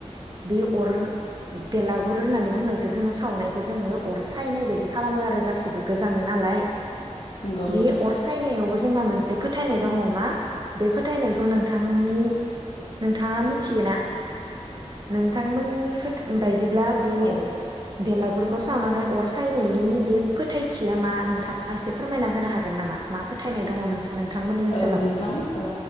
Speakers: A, on the right; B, on the left.
A: बे अर बेलागुर होननानै बुंनायखौ जोङो सावनायखौ जोङो अर सायनाय बायदि खालामो आरो गासिबो गोजाङो नालाय।
B: नंगौ
A: बे
B: नोंथां
A: अर सायनायावबो जोंना मोनसे फोथायनाय दङ मा बे फोथायनायखौ नोंथांनि नोंथाङा मिथियो ना नोंथांमोननि फोथा बायदि दिब्ला बे
B: औ
A: बेलागु गुरखौ सावनानै अर सायनायनि बे फोथायथिया मा नोंथाङा एसे फोरमायना होनो हागोन नामा मा फोथायनाय दङ नोंसोर? नोंथांमोननि ओनसोलाव
B: औ नोंथां ओ